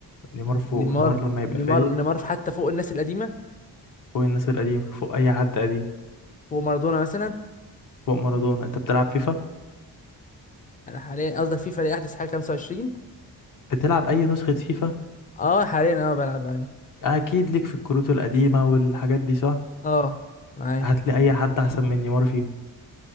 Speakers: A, on the left; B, on the left.
A: نيمار فوق
B: نيمار
A: نيمار لما يبقى
B: نيمار
A: فايق
B: نيمار في حتى فوق الناس القديمه
A: فوق الناس القديمه فوق اي حد قديم
B: فوق مارادونا مثلا
A: فوق مارادونا انت بتلعب فيفا
B: انا حاليا قصدك فيفا دي احدث حاجه 25
A: بتلعب اي نسخه فيفا
B: اه حاليا انا بلعب عليه
A: اكيد ليك في الكروت القديمه والحاجات دي صح
B: اه معايا
A: هتلاقي اي حد احسن من نيمار فيهم